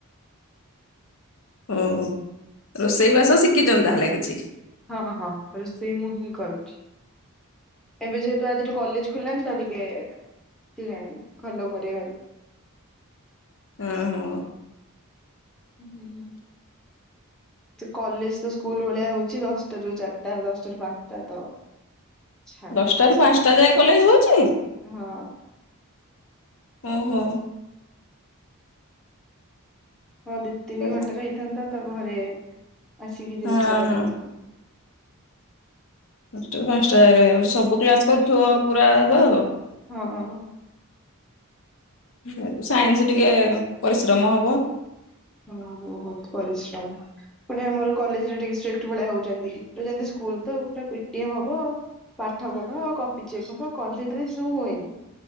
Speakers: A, on the left (about 65°); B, in the centre.
A: ଓ ରୋଷେଇ ବାସ ଶିଖିଚନ୍ତି ତାହେଲେ କିଛି
B: ହଁ ହଁ ରୋଷେଇ ମୁଁ ହିଁ କରୁଚି। ଏବେ ଯେହେତୁ ଆଜିଠୁ କଲେଜ ଖୋଲିଲାନି ତ ଟିକେ କେଜାଣି ଫୋଲୋ କରିବେ
A: ଅ ହୋ।
B: ହୁଁ ହୁଁ। କଲେଜ ତ ସ୍କୁଲ ଭଳିଆ ହଉଚି ଦଶଟା ରୁ ଚାରିଟା ଦଶଟାରୁ ପାଞ୍ଚଟା ତ। ଛାଡ
A: ଦଶଟାରୁ
B: କଣ
A: ପାଞ୍ଚଟା
B: କରିବି
A: ଯାଏ କଲେଜ ହଉଚିି
B: ହଁ।
A: ଓହୋ।
B: ହଁ ଦି ତିନି
A: ହଁ
B: ଘଣ୍ଟା ରେ ହେଇଥାନ୍ତା ତ ଘରେ ଆସିକି ଜିନିଷ
A: ହଁ।
B: କରି ହେଇଥାନ୍ତି।
A: ଦଶଟା ରୁ ପାଞ୍ଚଟା
B: ହୁଁ।
A: ଯାଗେ ହେଇଯାଉଚି ସବୁ କ୍ଲାସ୍ କରୁଥୁବ ପୁରା ଗୋ।
B: ହଁ।
A: ଯେହେତୁ ସାଇନ୍ସି ଟିକେ ପରିଶ୍ରମ ହବ।
B: ହଁ ବୋହୁତ ପରିଶ୍ରମ। ପୁଣି ଆମର କଲେଜରେ ଟିକେ ଷ୍ଟ୍ରିକ୍ଟ୍ ଭଳିଆ ହଉଚନ୍ଦି ପୁରା ଯେନ୍ତି ସ୍କୁଲ ତ ଆଉ ପୁରା ପି ଟି ଏମ୍ ହବ। ପାଠ ପଢ କପି ଚେକ୍ ହବ କଲେଜରେ ଏସବୁ ହୁଏନି।